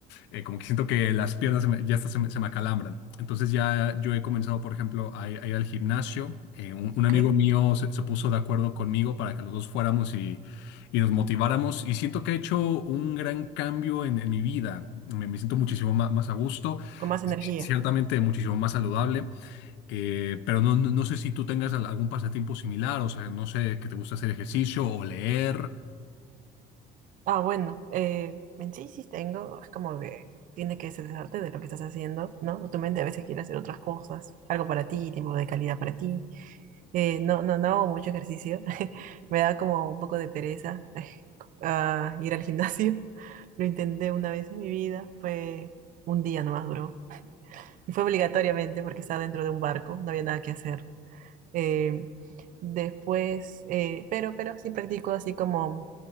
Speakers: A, on the left; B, on the right.
A: eh, como que siento que las piernas se me- ya hasta se me, se me acalambran. Entonces ya yo he comenzado, por ejemplo, a, ir a ir al gimnasio. Eh, un, un
B: Ok.
A: amigo mío se, se puso de acuerdo conmigo para que los dos fuéramos y, y nos motiváramos. Y siento que he hecho un gran cambio en, en mi vida. Me, me siento muchísimo ma- más, a gusto,
B: Con más energía.
A: ciertamente muchísimo más saludable. Eh, pero no, no no sé si tú tengas al- algún pasatiempo similar, o sea, no sé, que te gusta hacer ejercicio o leer.
B: Ah, bueno, eh, en sí sí tengo, es como que tiene que cesarte de lo que estás haciendo, ¿no? Tu mente a veces quiere hacer otras cosas, algo para ti, tiempo de calidad para ti. Eh, no, no, no hago mucho ejercicio, <laughs> me da como un poco de pereza ay, ah, <laughs> ir al gimnasio. <laughs> Lo intenté una vez en mi vida, fue un día nomás duró. Y fue obligatoriamente porque estaba dentro de un barco, no había nada que hacer. eh, después, eh, pero, pero sí practico así como